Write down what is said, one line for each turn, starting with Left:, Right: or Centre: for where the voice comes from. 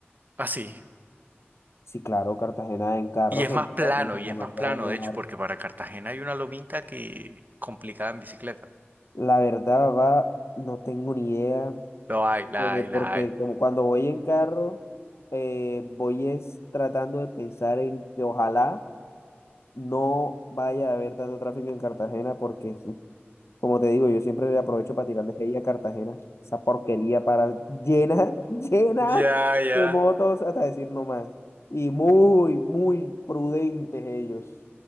Right: así.
Left: Sí, claro, Cartagena en carro
Right: Y es
Left: son
Right: más
Left: dos
Right: plano,
Left: horas, y Santa
Right: y es
Left: Marta
Right: más plano,
Left: es una
Right: de hecho,
Left: hora.
Right: porque para Cartagena hay una lomita que complicada en bicicleta.
Left: La verdad, va, no tengo ni idea.
Right: Lo hay, la
Left: eh,
Right: hay,
Left: porque
Right: la hay.
Left: como cuando voy en carro, eh, voy es tratando de pensar en que ojalá no vaya a haber tanto tráfico en Cartagena, porque uf, como te digo, yo siempre le aprovecho para tirarle hate a Cartagena, esa porquería para llena, <laughs> llena
Right: Ya, ya.
Left: de motos, hasta decir no más. Y muy, muy prudentes ellos,